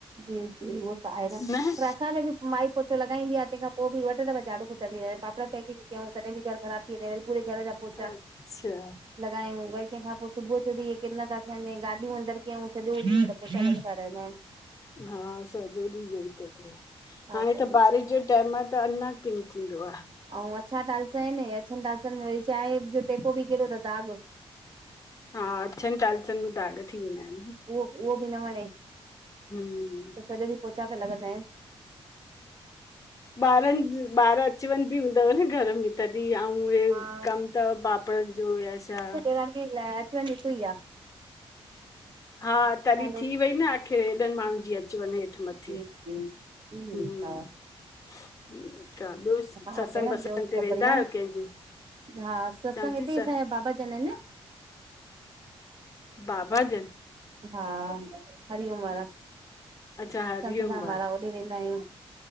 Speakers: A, on the right (about 50°); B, on the left (about 30°).
A: जी जी उहो त आहे
B: न
A: पर असांजो बि माई पोछो लॻाईंदी आ तेंखां पो बि वरी ॿ टे दफा झाड़ू पोचा थी वेंदा, पापड़ पैकिंग कयूं, तॾी बि घर ख़राब थी वने, पूरे घर जा पोचा
B: अच्छा
A: लॻायूं, वरी तेंखा पो सुबु कुछ बि किन ता थियन, गाॾियूं अंदर कयूं, सॼो किन ता थियन पोंचा लगंदा रहंदा आईन।
B: हा सॼो ॾींह इहो ई तो थे,
A: छा
B: हाणे
A: कजे
B: त बारिश जो टाइम आ त अञा किन थींदो आ।
A: आऊं अछा टाईल्स आहिनि, अछनि टालसनि में वरी छाए जो टेपो बि किरयो त दाग।
B: हा अछनि टायलसन में दाग थी वेंदा आहिन न।
A: उहो उहो बि न वणे,
B: हम्म।
A: त सॼो ॾींहुं पोचा पिया लॻंदा आहिनि।
B: ॿारनि ॿार अच वञु बि हूंदव न घर में। तॾहिं आऊं इहे
A: हा
B: कमु त पापड़नि जो या छा
A: ण <unintelligible> चंड हिक ही आ।
B: हा तॾी
A: हलो
B: थी वई न आख़िर हेॾनि माण्हुनि जी अच वञु हे ठ मथे,
A: जी जी जी
B: हम्म।
A: ठीकु आहे
B: क आ ॿियो सत्संग
A: हा भेण
B: बत्संग
A: ॿियो सभु
B: ते वेंदा
A: बढ़िया
B: आहियो
A: न
B: कंहिंजे?
A: हा सत्संग
B: चवां
A: हिते
B: थी
A: ई
B: स
A: असांजा बाबा जन आहिनि।
B: बाबा जन।
A: हा हरिओम वारा, संतधाम
B: अच्छा हरिओम
A: वारा होॾे वेंदा आहियूं।